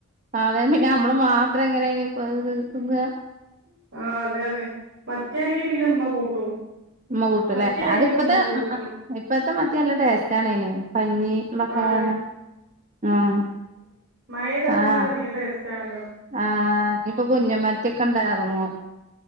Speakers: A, on the right (about 35°); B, on the right (about 55°).
A: അത പിന്നെ നമ്മള് മാത്രം എങ്ങനെയാണ് ഇപ്പൊ ഇത് തിന്ന
B: ആഹ് അതന്നെ മത്തിയായാണെങ്കി പിന്നെ അമ്മ കൂട്ടും
A: ഇമ്മ കൂട്ടല്ലേ
B: മത്തി അയിലൊക്കെ
A: അതിപ്പത്തെ
B: ഉമ്മ കൂട്ടും ഉം
A: ഇപ്പത്തെ മത്തി നല്ല ടേസ്റ്റാണേനും പഞ്ഞീ മക്കാങ്ങനെ
B: ആണ്
A: ആഹ്
B: മഴെയ്താ തന്നെ
A: ആഹ്
B: ഒരധികം ടേസ്റ്റാണല്ലോ.
A: ആഹ് ഇഞ്ഞിപ്പോ കുഞ്ഞൻ മത്ത്യൊക്കെണ്ടോ എറങ്ങൂ.